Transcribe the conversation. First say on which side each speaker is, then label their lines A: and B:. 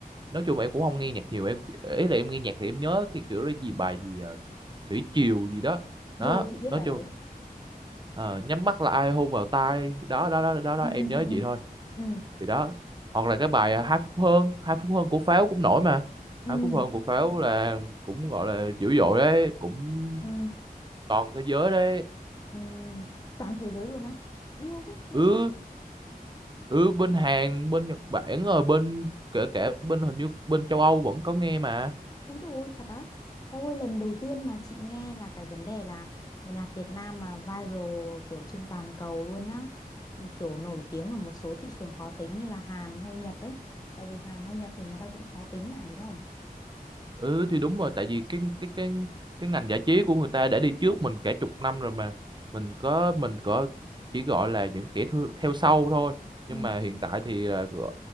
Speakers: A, on the right; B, on the left.
A: nói chung là em cũng không nghe nhạc nhiều em ý là em nghe nhạc thì em nhớ cái kiểu là gì bài gì ờ, thủy triều gì đó đó
B: Rồi chị biết
A: nói
B: bài
A: chung
B: đấy.
A: ờ, nhắm mắt là ai hôn vào tai đó đó đó đó đó
B: Ừ
A: em
B: ừ
A: nhớ
B: ừ
A: vậy thôi
B: ừ.
A: thì đó hoặc là cái bài à, hai phút hơn hai phút hơn của Pháo cũng nổi mà
B: Ừ
A: hai phút
B: ừ
A: hơn của Pháo là cũng gọi là dữ dội đấy cũng
B: ừ.
A: toàn thế giới đấy
B: ừ. Toàn thế giới luôn á. Điêu thế, nghe
A: ừ
B: điêu.
A: ừ bên Hàn bên Nhật Bản rồi bên kể cả bên hình như bên châu Âu vẫn có nghe mà
B: Úi dồi ôi, thật á. Em ơi lần đầu tiên mà chị nghe là cái vấn đề là nhạc Việt Nam mà viral kiểu trên toàn cầu luôn á. Kiểu nổi tiếng ở một số thị trường khó tính như là Hàn hay Nhật ấy. Tại vì Hàn hay Nhật thì người ta cũng khó tính mà đúng không?
A: ừ thì đúng rồi tại vì cái cái cái cái ngành giải trí của người ta đã đi trước mình cả chục năm rồi mà mình có mình có chỉ gọi là những kẻ thu, theo sau thôi
B: Ừ
A: nhưng mà
B: ừ
A: hiện tại thì à, gọ-